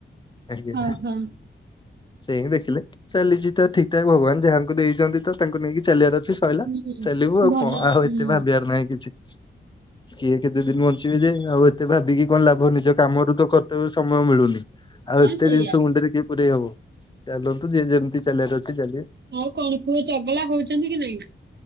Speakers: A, on the left; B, on the right.
A: ଆଜ୍ଞା
B: ଓହୋ
A: ସେ ହିଁ ଦେଖିଲେ ଚାଲିଛି ତ ଠିକ ଠାକ ଭଗବାନ ଯାହାଙ୍କୁ ଦେଇଛନ୍ତି ତ ତାଙ୍କୁ ନେଇକି ଚାଲିବାର ସେ ସରିଲା
B: ହୁଁ
A: ଚାଲିବୁ ଆଉ
B: ଭଲ
A: କଣ ଆଉ
B: ହୁଁ
A: ଏତେ ବି ଭାବିବାର ନାହିଁ କିଛି କିଏ କେତେ ଦିନ ବଞ୍ଚିବେ ଯେ ଆଉ ଏତେ ଭାବିକି କଣ ଲାଭ ନିଜ କାମରୁ ତ କରତେ ସମୟ ମିଳୁନି ଆଉ
B: ହଁ
A: ଏତେ
B: ସେଇଆ
A: ଜିନିଷ ମୁଣ୍ଡରେ କିଏ ପୁରେଇ ହବ ଚାଲନ୍ତୁ ଯିଏ ଯେମତି ଚାଲିବାର ଅଛି ଚାଲିବେ
B: ଆଉ କଣ ପୁଅ ଚଗଲା ହଉଛନ୍ତି କି ନାଇଁ